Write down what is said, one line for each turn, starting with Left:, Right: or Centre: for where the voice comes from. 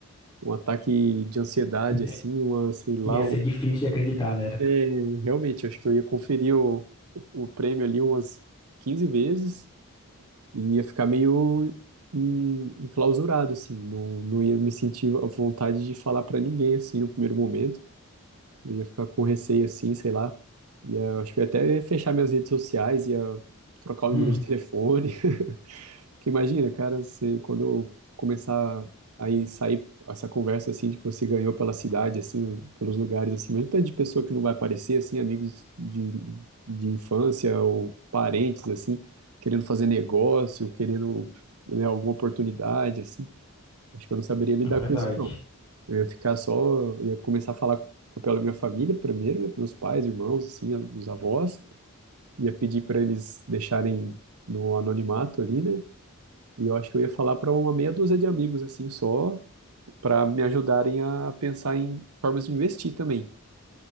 Right: um ataque de ansiedade,
Left: Né?
Right: assim, uma, sei lá.
Left: Ia ser
Right: um-
Left: difícil de acreditar, né?
Right: É, realmente, eu acho que eu ia conferir o, o, o prêmio ali umas 15 vezes e ia ficar meio en- enclausurado, assim, não, não ia me sentir à vontade de falar pra ninguém, assim, no primeiro momento. Eu ia ficar com receio assim, sei lá. e eh, eu acho que eu ia até fechar minhas redes sociais, ia trocar o
Left: Hum,
Right: número de telefone. <laughs> Porque imagina, cara, você, quando eu começar aí sair essa conversa assim de que você ganhou pela cidade, assim, pelos lugares, assim, mas o tanto de pessoa que não vai aparecer, assim, amigos de, de infância ou parentes, assim, querendo fazer negócio, querendo, né, alguma oportunidade, assim. Acho que eu não saberia lidar
Left: é verdade.
Right: com isso, não. Eu ia ficar só, ia começar a falar com com o pessoal da minha família primeiro, né? Meus pais, irmãos, assim, a- os avós. Ia pedir para eles deixarem no anonimato ali, né? E eu acho que eu ia falar para uma meia dúzia de amigos, assim, só para me ajudarem a pensar em formas de investir também.